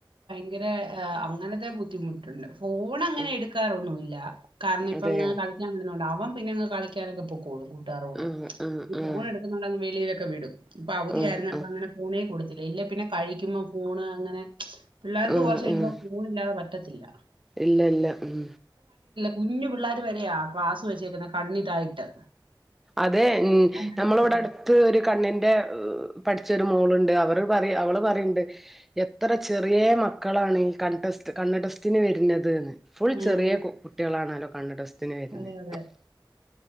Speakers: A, on the right (about 85°); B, in the centre.
A: ഭയങ്കരെ ഏ അങ്ങനത്തെ ബുദ്ധിമുട്ടുണ്ട് ഫോൺ അങ്ങനെ
B: ഉം
A: എടുക്കാറൊന്നുവില്ല കാരണം ഇപ്പ
B: അതെയോ
A: അങ്ങ് കളിക്കാൻ വിടുന്നകൊണ്ട് അവൻ പിന്നെ അങ്ങ് കളിക്കാനൊക്കെ പൊക്കോ ളും കൂട്ടുകാരുടെ കൂടെ
B: ആഹ് ആഹ്
A: ഈ ഫോൺ
B: ആഹ്
A: ഫോൺ എടുക്കുന്നകൊണ്ട് വെളിയിലൊക്കെ വിടും ഇപ്പോ അവധിയായിരുന്നപ്പോ
B: ആഹ് ആഹ്
A: അങ്ങനെ ഫോണേ കൊടുത്തില്ല ഇല്ലേ പിന്നെ കഴിക്കുമ്പോ ഫോണ് അങ്ങനെ പിള്ളേർക്ക്
B: ആഹ്
A: കുറച്ച് കഴിയുമ്പോ
B: ആഹ്
A: ഫോണില്ലാതെ പ റ്റത്തില്ല
B: ഇല്ല ഇല്ല ഉം
A: കുഞ്ഞ് പിള്ളാര് വരെയാ ഗ്ലാസ്സ് വെച്ചേക്കുന്നെ കണ്ണിതായിട്ട്
B: അതെ ഉം
A: കണ്ണാടി
B: നമ്മടെ
A: വെച്ചേക്കുന്നെ.
B: ഇവിടെ അടുത്ത് ഒരു കണ്ണിന്റെ ഉം പഠിച്ചൊരു മോളുണ്ട് അവർ പറ അവള് പറയണ്ട് എത്ര ചെറിയ മക്കളാണ് ഈ കൺ ടെ സ്റ്റ് കണ്ണ് ടെസ്റ്റിന് വരുന്നത് എന്ന് ഫുൾ
A: ഉം
B: ചെറിയ കു കുട്ടികളാണല്ലോ കണ്ണ് ടെസ്റ്റിന് വരുന്നത്
A: അതെ അതെ